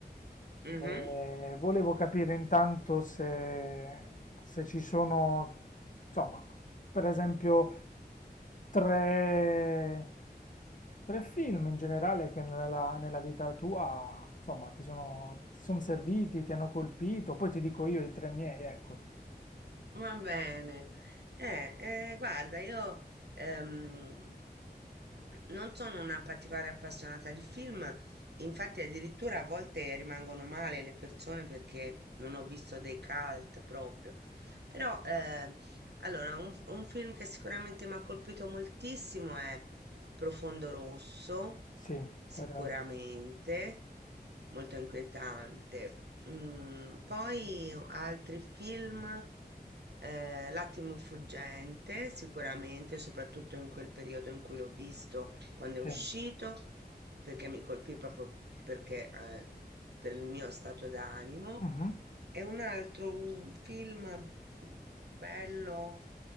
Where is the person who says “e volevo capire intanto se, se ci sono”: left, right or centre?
Left